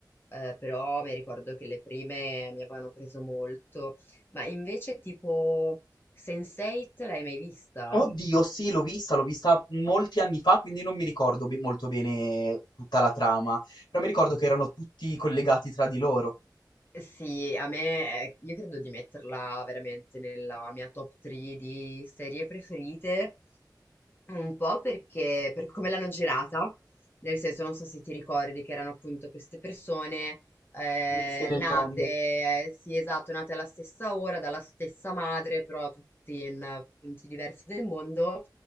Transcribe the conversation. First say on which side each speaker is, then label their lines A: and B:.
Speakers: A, on the left; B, on the left.
A: eh, però mi ricordo che le prime mi avevano preso molto. Ma invece tipo Sense8 l'hai mai vista?
B: Oddio, sì, l'ho vista, l'ho vista molti anni fa, quindi non mi ricordo be- molto bene tutta la trama, però mi ricordo che erano tutti collegati tra di loro.
A: Eh Sì, a me, eh, io credo di metterla veramente nella mia top 3 di serie preferite Un po' perché per come l'hanno girata, nel senso non so se ti ricordi che erano appunto queste persone eh,
B: Miste nel
A: nate,
B: mondo.
A: eh, sì esatto, nate alla stessa ora, dalla stessa madre, però tutti in eh, punti diversi del mondo,